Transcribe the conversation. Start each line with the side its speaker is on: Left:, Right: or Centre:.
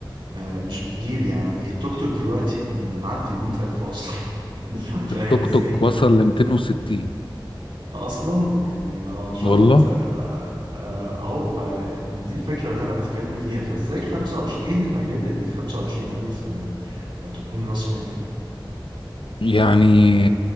Right: آه، مش بتجيب يعني التوك توك دلوقتي ب- معدي المية ألف أصلا <laughs> فاهم
Left: التوك
Right: ازاي
Left: توك وصل ل 260
Right: اصلا يعني اه شفت
Left: والله
Right: آه، آه، اهو فدي الفكره اللي انا بتكلم فيها فازاي 25 ايه المجال اللي ال 25000 آه، تكون راس مال فيه
Left: يعني